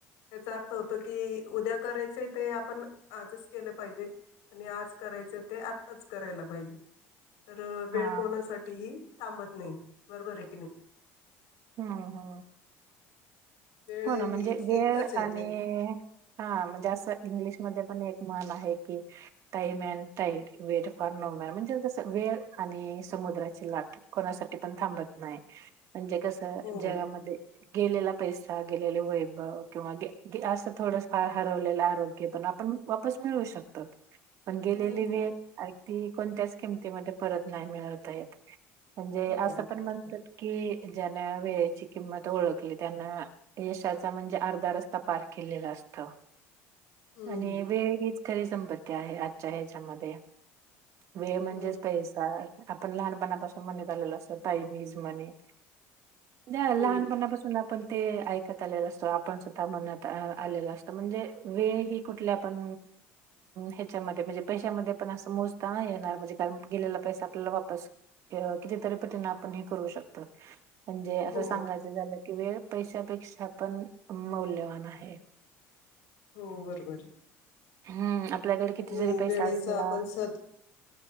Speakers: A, on the left; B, on the right.
A: त्याचा अर्थ होत की उद्या करायचं ते आपण आजच केलं पाहिजे आणि आज करायचं ते आत्ताच करायला पाहिजे तर वेळ
B: हा
A: कोणासाठी ही थांबत नाही बरोबर आहे की नाही
B: हा हा
A: वेळही
B: हो ना म्हणजे वेळ
A: एकदाच येते
B: आणि हा म्हणजे अस इंग्ल मध्ये पण एक मन आहे की टई मन tie wait for no man म्हणजेस वेळ आणि समुद्राची लाट कोणासाठी पण थांबत नाही म्हणजे कसं
A: हो
B: जगामध्ये गेलेला पैस गेलेले वैभव किंवा असं थोड फार हरवलेलं आरोग्य पण आपण वापस मिळवू शकतो पण गेलेली
A: हम्म
B: वेळ अग ती कोणत्याच किमतीमध्ये परत नाही मिळवतायेत म्हणजे
A: हो
B: असे पण
A: बरोबर
B: म्हणतात की ज्यांना वेळेची किंमत ओळखली त्यांना यशाचा म्हणजे अर्धा रस्ता पार केलेला असत
A: हम्म
B: आणि वेळ हीच खरी संपत्ती आहे आजच्या ह्याच्यामध्ये वेळ म्हणजेच
A: हो
B: पैसा आहे आपण लहानपणापासून म्हणत आलेल अस ताई मीज म्हणे जा
A: हम्म
B: लहानपणापासून आपण ते ऐकत आलेला असतो आपण सुद्धा मनात आलेला असत म्हणजे वेळ ही कुठल्या आपण ह्याच्यामध्ये म्हणजे पैशामध्ये पण असं मोजता नाही येणार म्हणजे कारण गेलेला पैसा आपल्याला वापस कितीतरी पतीन आपण हे करू शकतो म्हणजे असं
A: हो
B: सांगायचं झालं की वेळ पैसा पै पैसा पण मौल्यवान आहे
A: हो बरोबर आहे
B: हम्म आपल्याकडे किती
A: आणि
B: जरी पैसा
A: वेळेचा
B: असला
A: आपण सद